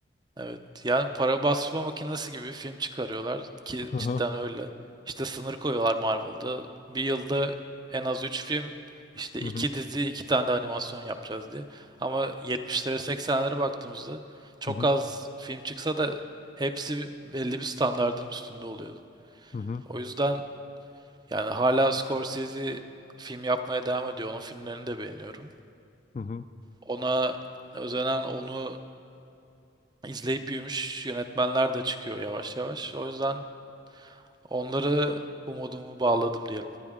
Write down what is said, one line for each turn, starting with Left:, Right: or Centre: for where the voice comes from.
Right: Evet. Yani para basma makinesi gibi bir film çıkarıyorlar ki
Left: Hı
Right: cidden
Left: hı,
Right: öyle. İşte sınır koyuyorlar Marvel'da. Bir yılda en az 3 film, işte
Left: hı
Right: 2
Left: hı,
Right: dizi, 2 tane de animasyon yapacağız diye. Ama 70'lere 80'lere baktığımızda çok
Left: hı hı,
Right: az film çıksa da hepsi belli bir standardın üstünde oluyordu.
Left: hı hı,
Right: O yüzden yani hala Scorsese film yapmaya devam ediyor. Onun filmlerini de beğeniyorum.
Left: hı
Right: Ona özenen, onu İzleyip büyümüş yönetmenler de çıkıyor yavaş yavaş. O yüzden onları umudumu bağladım diyelim.